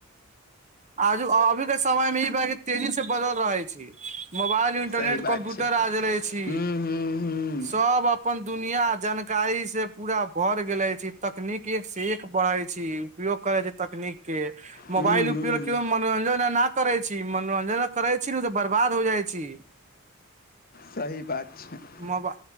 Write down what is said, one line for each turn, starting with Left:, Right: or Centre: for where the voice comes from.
Right: आजु अभीके समयमे <unintelligible> <inaudible> तेजी से बदल रहै छी मोबाइल इंटरनेट
Left: सही बात
Right: कम्प्यूटर
Left: छै
Right: आ जे रहै छी
Left: हूँ हूँ
Right: सब अप पन दुनिया जानकारी से पूरा भर गेलै छी तकनीक एक से एक बढ़ै छी। उपयोग करै छै तकनीके
Left: हूँ हूँ
Right: मोबाइल उपयोग
Left: हूँ
Right: केवल मनोरंजन ना करै छी मनोरंजन करै छी न त बर्बाद हो जाइ छी।
Left: सही बात छै।
Right: मोबा